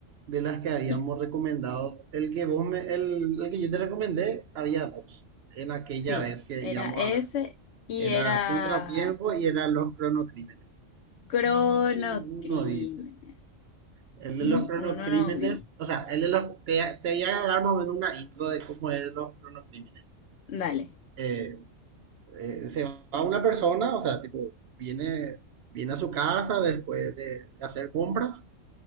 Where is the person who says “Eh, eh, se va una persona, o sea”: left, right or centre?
Right